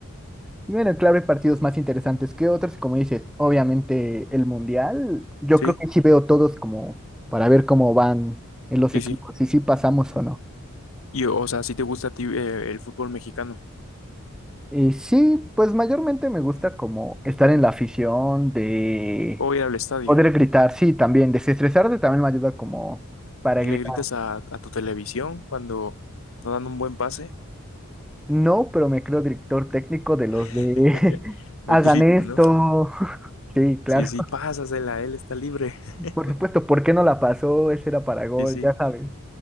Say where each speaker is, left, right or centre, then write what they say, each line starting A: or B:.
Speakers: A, in the centre; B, on the left.
A: Bueno, claro, hay partidos más interesantes que otros, como dices, obviamente el Mundial, yo
B: Sí,
A: creo que sí veo todos como para ver cómo van en los
B: sí,
A: equipos,
B: sí.
A: y si sí pasamos o no.
B: Y, o sea, si te gusta a ti eh, el fútbol mexicano
A: Y sí, pues mayormente me gusta como estar en la afición, de
B: o ir al estadio.
A: poder gritar, sí, también, desestresarte también me ayuda como para
B: y
A: gritar.
B: le gritas a, a tu televisión cuando no dan un buen pase.
A: No, pero me creo director técnico de
B: <laughs>
A: los de <laughs>
B: Muy
A: hagan
B: típico,
A: esto.
B: ¿no?
A: Sí, claro,
B: Sí, sí, pásasela, él está libre. <laughs>
A: <laughs> por supuesto, ¿por qué no la pasó? Ese era para gol,
B: Sí, sí.
A: ya sabes.